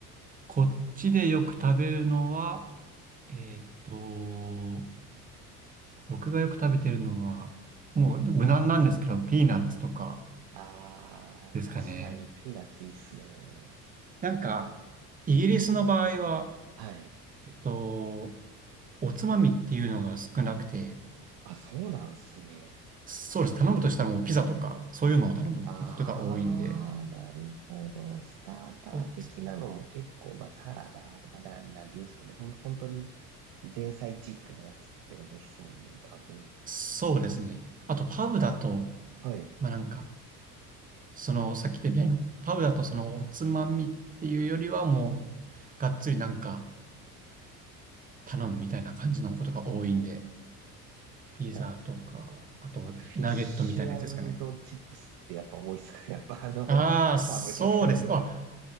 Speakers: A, on the right; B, on the right.
A: こっちでよく食べるのは、えーっと、僕がよく食べてるのは、もう無難なんですけど、ピーナッツとか
B: あー、
A: ですかね。
B: 確かにピーナッツいいっすね。
A: なんか、イギリスの場合は、
B: はい。
A: えっと、おつまみっていうのが少なくて、
B: あ、そうなんすね。
A: そうです。頼むとしたらもうピザとか、そういうのを頼むことが多いんで、
B: あー、なるほど。スターター的なのも結構、
A: おつ、
B: まあ、サラダとか、なん、なんていうんですかね。ほんと、本当に前菜チックなやつってことっすもんね、多分。
A: そうですね。あと、パブだと、
B: はい。
A: まあなんか、その、さっき言ったみたいなパウだとその、おつまみっていうよりはもう、がっつりなんか頼むみたいな感じのことが多いんで、ピザとか、
B: やっ
A: あと、
B: まあフィッシュチップスってやっぱ多いっすかね。
A: ナゲットみたいなやつですかね。
B: やっぱあの、
A: ああ、そうです。
B: パブとかになると。
A: あ、